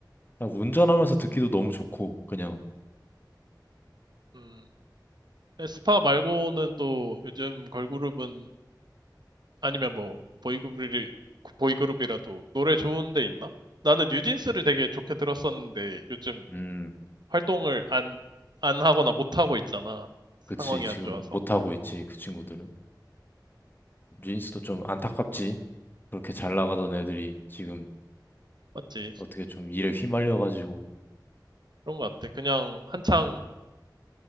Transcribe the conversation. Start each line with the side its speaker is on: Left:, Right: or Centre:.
Left: 그냥 운전하면서 듣기도 너무 좋고 그냥
Right: 음, 에스파 말고는 또 요즘 걸그룹은 아니면 뭐 보이그룹이 보이그룹이라도 노래 좋은 데 있나? 나는 뉴진스를 되게 좋게 들었었는데 요즘
Left: 음
Right: 활동을 안 안 하거나 못 하고 있잖아.
Left: 그치
Right: 상황이
Left: 지금
Right: 안 좋아서.
Left: 못하고 있지 그 친구들은 린스도 좀 안타깝지 그렇게 잘 나가던 애들이 지금
Right: 맞지?
Left: 어떻게 좀 일에 휘말려가지고
Right: 그런 것 같아. 그냥 한창